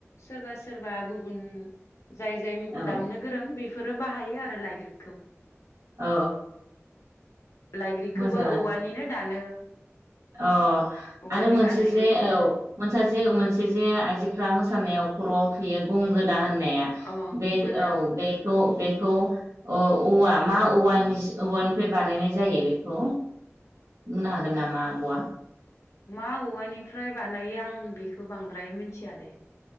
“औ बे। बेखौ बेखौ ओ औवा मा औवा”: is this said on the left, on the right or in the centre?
Right